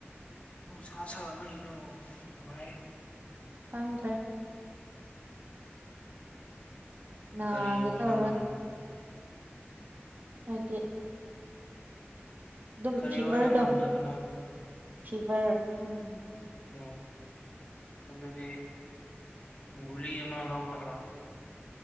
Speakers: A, on the left; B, on the right.
A: ꯅꯨꯡꯁꯥ ꯁꯥ ꯑꯃ ꯏꯔ ꯀꯃꯥꯏ <inaudible>
B: ꯈꯪꯗ꯭ꯔꯦ ꯅꯦ
A: ꯀꯔꯤ ꯑꯣꯏꯅ
B: ꯇꯧ
A: ꯉꯝ
B: ꯍꯥꯏꯗꯤ ꯑꯗꯨꯝ
A: ꯀꯔꯤ
B: ꯐꯤꯚꯔꯗꯣ
A: ꯑꯣꯏꯅ ꯉꯝꯗꯕꯅꯣ
B: ꯐꯤꯚꯔ ꯎꯝ
A: ꯎꯝ ꯑꯗꯅꯤ ꯨꯂꯤ ꯑꯃꯃ ꯂꯧꯧ ꯂ